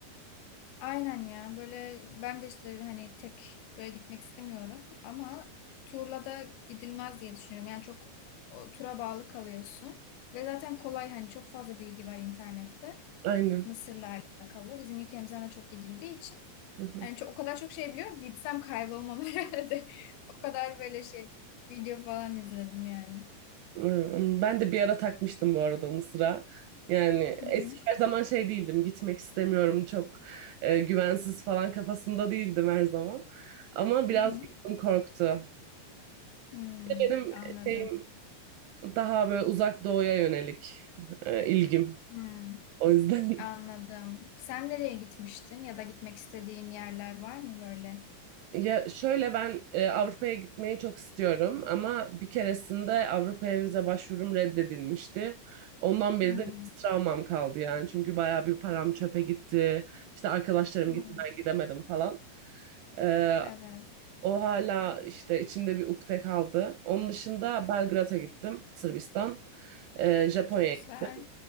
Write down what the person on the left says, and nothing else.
Aynen ya. Böyle ben de işte hani tek böyle gitmek istemiyorum. Ama turla da gidilmez diye düşünüyorum. Yani çok o, tura bağlı kalıyorsun. Ve zaten kolay hani çok fazla bilgi var internette.
Mısır'la alakalı. Bizim ülkemizden de çok gidildiği için.
Yani çok, o kadar çok şey biliyorum. ki Gitsem kaybolmam <laughs> herhalde. O kadar böyle şey video falan izledim yani.
Hı hı.
Hı hı.
Hmm,
anladım.
Hmm,
anladım.
Sen nereye gitmiştin ya da gitmek istediğin yerler var mı böyle?
Hmm,
hmm.
Evet,
çok güzel.